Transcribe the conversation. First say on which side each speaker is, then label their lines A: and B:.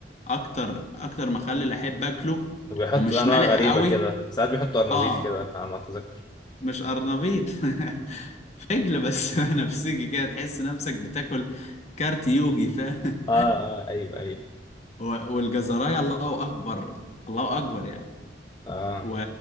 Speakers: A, on the left; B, on the left.
A: اكتر اكتر مخلل احب اكله
B: وبيحطوا
A: ومش
B: انواع
A: مالح
B: غريبه
A: قوي
B: كده ساعات بيحطوا قرنبيط
A: اه
B: كده على ما اتذكر
A: مش قرنبيط <laughs> فجل بس <laughs> نفسجي كده تحس نفسك بتاكل كارت يوجي فاهم
B: اه اه ايوه ايوه
A: و- والجزرايه الله اكبر الله اكبر يعني
B: اه
A: و...